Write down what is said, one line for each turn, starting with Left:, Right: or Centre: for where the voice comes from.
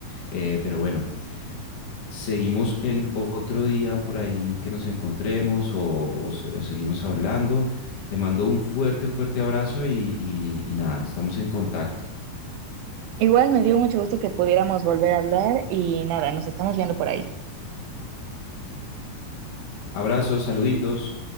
Left: Eh, pero bueno, Seguimos en otro día por ahí que nos encontremos o, o se- o seguimos hablando. Te mando un fuerte, fuerte abrazo y, y y nada, estamos en contacto.
Right: Igual me dio mucho gusto que pudiéramos volver a hablar y nada, nos estamos viendo por ahí.
Left: Abrazos, saluditos.